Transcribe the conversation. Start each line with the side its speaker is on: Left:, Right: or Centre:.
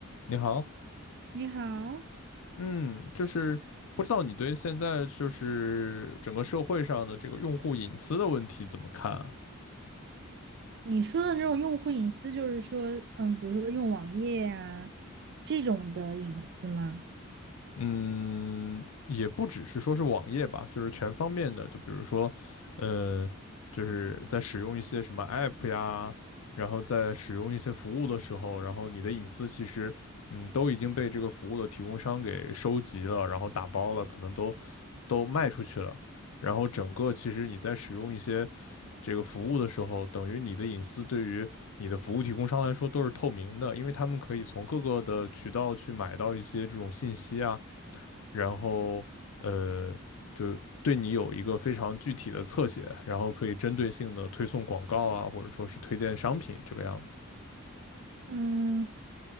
Left: 你好，
Right: 你好，
Left: 嗯，就是不知道你对现在就是整个社会上的这个用户隐私的问题怎么看啊？
Right: 你说的那种用户隐私，就是说，嗯，比如说用网页呀、这种的隐私吗？
Left: 嗯，也不只是说是网页吧，就是全方面的，就比如说，呃，就是在使用一些什么 app 呀，然后在使用一些服务的时候，然后你的隐私其实，嗯，都已经被这个服务的提供商给收集了，然后打包了，可能都都卖出去了，然后整个其实你在使用一些这个服务的时候，等于你的隐私对于你的服务提供商来说都是透明的，因为他们可以从各个的渠道去买到一些这种信息啊。然后呃，就对你有一个非常具体的侧写，然后可以针对性的推送广告啊，或者说是推荐商品这个样子。
Right: 嗯，